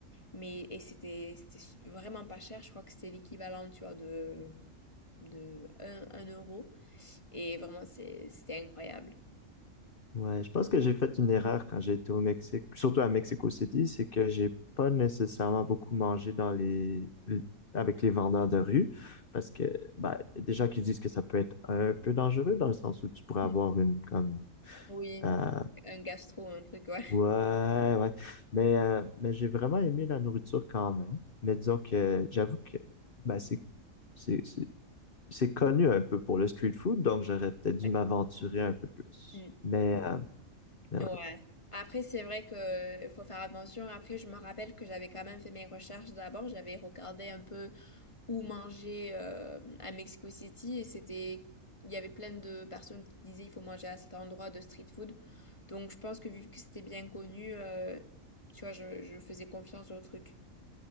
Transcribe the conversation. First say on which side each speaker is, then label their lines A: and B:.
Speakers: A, on the left; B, on the left.
A: Mais, et c'était c'était s- vraiment pas cher. Je crois que c'était l'équivalent, tu vois, de, de 1, un euro. Et vraiment, c'est- c'était incroyable.
B: Ouais, je pense que j'ai fait une erreur quand j'ai été au Mexique, surtout à Mexico City, c'est que j'ai pas nécessairement beaucoup mangé dans les avec les vendeurs de rue, parce que bah, y a des gens qui disent que ça peut être un peu dangereux dans le sens où tu pourrais
A: Mm.
B: avoir une comme
A: Oui,
B: euh,
A: un gastro, un truc, ouais.
B: ouais ouais, mais euh, mais j'ai vraiment aimé la nourriture quand même. Mais disons que j'avoue que bah c'est c'est c'est c'est connu un peu pour le street food, donc j'aurais peut-être dû
A: Ouais.
B: m'aventurer un peu plus.
A: Mm.
B: Mais euh, mais
A: Ouais.
B: ouais
A: Après, c'est vrai que faut faire attention. Après, je me rappelle que j'avais quand même fait mes recherches d'abord. J'avais regardé un peu ou manger euh, à Mexico City et c'était il y avait plein de personnes qui disaient il faut manger à cet endroit de street food. Donc je pense que vu que c'était bien connu, euh, tu vois, je, je faisais confiance au truc.